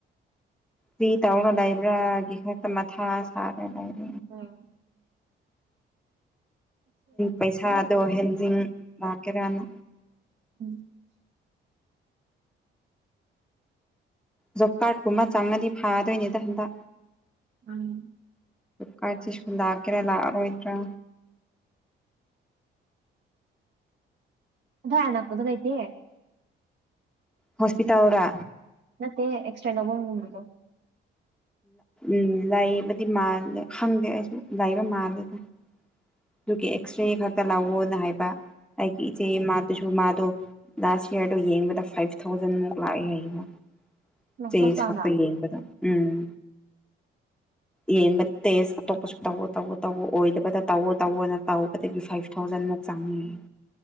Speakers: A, in the centre; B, on the right.
A: ꯐꯤ ꯇꯥꯎꯅ ꯂꯩꯕ꯭ꯔꯥꯒꯤ ꯈꯛꯇ ꯃꯊꯥ ꯁꯥꯔꯦ ꯂꯩꯕ꯭ꯔꯥ
B: ꯑ
A: ꯄꯩꯁꯥꯗꯣ ꯍꯦꯟꯖꯤꯟ ꯂꯥꯛꯀꯦꯔꯅ
B: <unintelligible>
A: ꯖꯣꯞ ꯀꯥꯔꯠꯀꯨꯝꯕ ꯆꯪꯉꯗꯤ ꯐꯥꯗꯣꯏꯅꯦꯗ ꯍꯟꯗꯛ
B: ꯎꯝ
A: ꯀꯥꯁꯤ ꯁꯨꯜ ꯂꯥꯛꯀꯦꯔꯥ ꯂꯥꯛꯑꯔꯣꯏꯗ꯭ꯔꯥ
B: ꯑꯗꯨ ꯍꯂꯥꯛꯄꯗ ꯂꯩꯩꯇꯦ
A: ꯍꯣꯁꯄꯤꯇꯥꯜꯗ
B: ꯅ ꯑꯦꯛꯁꯇ꯭ꯔꯥ ꯂꯧꯕ ꯅꯗꯣ
A: ꯎꯝ ꯂꯥꯏꯕꯗꯤ ꯃꯥꯜꯂꯦ ꯈꯪꯗꯦ ꯑꯩꯁꯨ ꯂꯥꯏꯕ ꯃꯥꯜꯂꯦ ꯑꯗꯨꯝ ꯑꯗꯨꯒꯤ ꯑꯦꯛꯁꯔꯦ ꯈꯛꯇ ꯂꯥꯛꯑꯣꯅ ꯍꯥꯏꯕ ꯑꯩꯒꯤ ꯏꯆꯦ ꯏꯃ ꯑꯗꯨꯁꯨ ꯃꯥꯗꯣ ꯂꯥꯁ ꯌꯌꯥꯔꯗꯣ ꯌꯦꯡꯕꯗ ꯐꯥꯏꯚ ꯊꯥꯎꯖꯟꯃꯨꯛ ꯂꯥꯛꯑꯦ ꯍꯥꯏꯅ
B: ꯅꯁꯥ
A: ꯆꯁ
B: ꯆꯥꯗ
A: ꯈꯇ ꯀꯕꯗ ꯎꯝ ꯌꯦꯡꯕ ꯇꯦꯁ ꯑꯇꯣꯞꯄꯁꯨ ꯇꯧ ꯇꯧꯎ ꯇꯧ ꯑꯣꯏꯗꯕꯗ ꯇꯧꯑꯣ ꯇꯧꯑꯣꯅ ꯇꯥꯎꯕꯗꯒꯤ ꯐꯥꯏꯚ ꯊꯥꯎꯖꯟꯃꯨꯛ ꯆꯪꯅꯤꯡꯑꯌꯦ